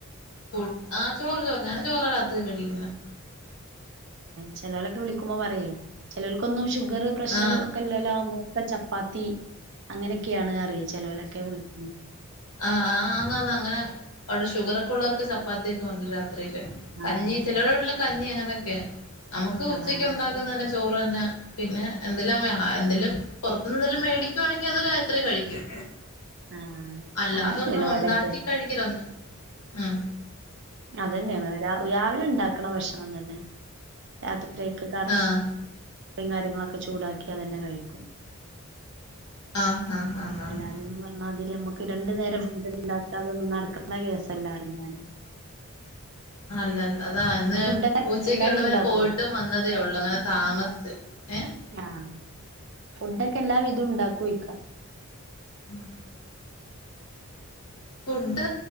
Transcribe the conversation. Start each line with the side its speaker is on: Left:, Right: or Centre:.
Left: ഫു ആഹ് ചോറ് ചോറ് ഞാൻ ചോറാ രാത്രി കഴിക്കുന്നേ
Right: ചേലോലൊക്കെ വിളിക്കുമ്പോ പറയേ ചിലോല്ക്കൊന്നും ഷുഗർ പ്രഷർ
Left: ആ
Right: ഒക്കെ ഇല്ലോലാവുമ്പോ ആകുമ്പോ ഒക്കെ ചപ്പാത്തി അങ്ങനെയൊക്കെയാണ് പറയും ചെലോലൊക്കെ വിളിക്കു
Left: ആ ആ എന്ന അങ്ങനെ അവിടെ ഷുഗർ ഒക്കെ ഉള്ളോർക്ക് ചപ്പാത്തിയൊക്കെ മതി രാത്രിയില് കഞ്ഞി
Right: ആഹ്
Left: ചിലരെ വീട്ടില് കഞ്ഞി അങ്ങനെയൊക്കെ നമുക്ക് ഉച്ചക്ക്
Right: ആഹ്
Left: ഉണ്ടാക്കുന്ന തന്നെ ചോ പിന്നെ പിന്നെ എന്തെലമ്മ എന്തെലും പുറത്ത്ന്ന് എന്തെലും മേടിക്കുവാണെങ്കിൽ അതൊരു ത്രി കഴിക്കും
Right: ആഹ്
Left: അല്ലാതൊന്നും
Right: അങ്ങനെന്നെയാണ് ഇവിടെക്കെ
Left: ഉണ്ടാക്കി കഴിക്കണണ്ടു ഉം
Right: അതന്നെ രാവിലെ ഉണ്ടാക്ക്ണ ഭക്ഷണം തന്നെ രാത്രിയിലേക്ക്
Left: ആഹ്
Right: അത്രയും കാര്യങ്ങളൊക്കെ ചൂടാക്കിയാൽ തന്നെ കഴിക്കും
Left: ആഹ് ആഹ് ആന്നാന്ന്
Right: അല്ലാതൊന്നും പറഞ്ഞാതിരി നമ്മുക്ക് രണ്ടു നേരം ഫുഡ് ഉണ്ടാക്ക അതൊന്നും നടക്ക്ണ കേസല്ല പറയും ഞാന്
Left: അല്ലല്ല അതാ അന്ന്
Right: ഫുഡൊക്കെ
Left: ഉച്ചക്ക്
Right: എല്ലാവിധം
Left: ഇവിടന്ന് വരെ
Right: ഉണ്ടാക്കുവോ
Left: പോയിട്ടും വന്നതേ ഉള്ളു അങ്ങനെ താമസിച്ച് ഏ
Right: ആഹ് ഫുഡൊക്കെ എല്ലാം വിധം ഉണ്ടാക്കോ ചോയിക്ക
Left: ആഹ് ഫുഡ്